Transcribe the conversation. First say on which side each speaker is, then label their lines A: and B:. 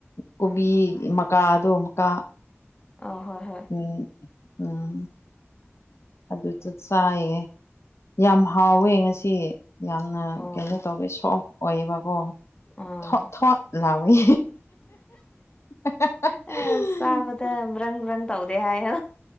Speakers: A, on the left; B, on the left.
A: ꯀꯣꯕꯤ ꯃꯀꯥꯗꯣ ꯑꯃꯨꯛꯀ
B: ꯑꯣ ꯍꯣꯏ ꯍꯣꯏ
A: ꯎꯝ ꯎꯝ ꯑꯗꯨꯗ ꯆꯥꯏꯌꯦ ꯌꯥꯝ ꯍꯥꯎꯋꯦ ꯉꯁꯤ ꯌꯥꯝꯅ
B: ꯑꯣ
A: ꯀꯩꯅꯣ ꯇꯧꯋꯤ ꯁꯣꯐ ꯑꯣꯏꯌꯦꯕꯀꯣ
B: ꯑꯥ
A: ꯊꯣꯠ ꯊꯣꯠ ꯂꯥꯎꯏ <unintelligible>
B: ꯑꯁ <unintelligible> ꯇꯧꯗꯦ ꯍꯥꯏꯌꯦ